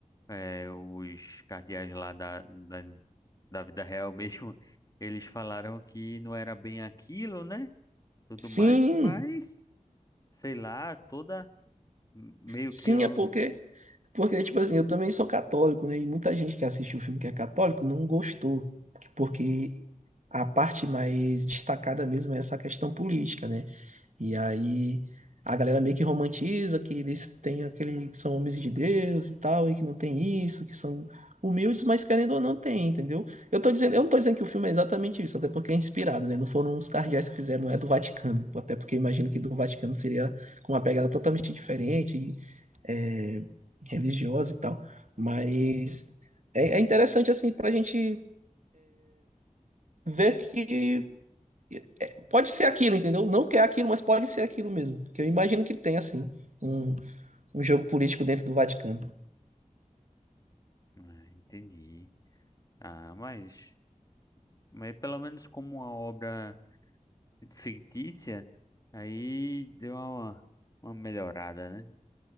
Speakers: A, on the left; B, on the right.
A: eh, os cardeais lá da, da, da vida real <laughs> mesmo, eles falaram que não era bem aquilo, né? Tudo
B: Sim,
A: mais, mas sei lá, toda meio
B: Sim,
A: que eu.
B: é porque, porque, tipo assim, eu também sou católico, né? E muita gente que assistiu o filme que é católico não gostou, porque a parte mais destacada mesmo é essa questão política, né? E aí a galera meio que romantiza que eles têm aquele, que são homens de Deus e tal, e que não tem isso, que são humildes, mas querendo ou não tem, entendeu? Eu tô dizendo, eu não tô dizendo que o filme é exatamente isso, até porque é inspirado, né? Não foram uns cardeais que fizeram, não é do Vaticano, até porque imagino que do Vaticano seria com uma pegada totalmente diferente é, religiosa e tal. Mas é, é interessante, assim, pra gente ver que é, pode ser aquilo, entendeu? Não que é aquilo, mas pode ser aquilo mesmo. Que eu imagino que tem, assim, um, um jogo político dentro do Vaticano.
A: Ah, entendi. Ah, mas, mas pelo menos como uma obra fictícia, aí deu uma, uma melhorada, né?